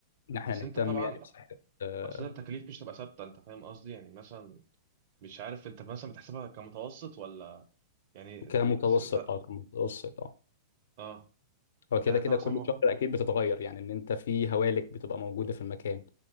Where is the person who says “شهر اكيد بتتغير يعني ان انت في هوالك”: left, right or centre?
Left